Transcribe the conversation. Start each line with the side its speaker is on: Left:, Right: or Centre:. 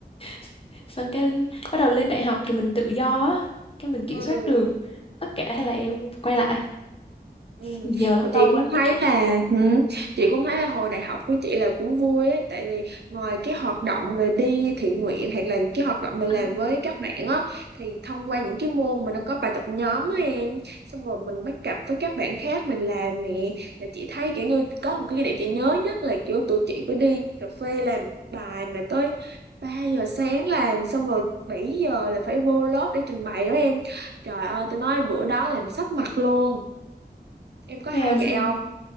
Left: <laughs> Xong cái bắt đầu lên đại học thì mình tự do á, cái mình kiểm
Right: Ừ.
Left: soát được tất cả hay là em quay lại
Right: Ừ.
Left: giờ lâu
Right: Thì chị
Left: lâu
Right: cũng
Left: vẫn
Right: thấy
Left: kiểu
Right: là ừ, chị cũng thấy là hồi đại học của chị là cũng vui ấy tại vì ngoài cái hoạt động mà đi thiện nguyện hoặc là cái hoạt động mình làm
Left: Anh
Right: với các bạn á thì thông qua những cái môn mà nó có bài tập nhóm á em xong rồi mình bắt cặp với các bạn khác mình làm nè là chị thấy kiểu như có một cái kỷ niệm chị nhớ nhất là kiểu tụi chị có đi cà phê làm bài mà tới ba giờ sáng làm xong rồi 7 giờ là phải vô lớp để trình bày đó em trời ơi tôi nói bữa đó làm sấp mặt luôn Em có hay
Left: làm
Right: vậy không?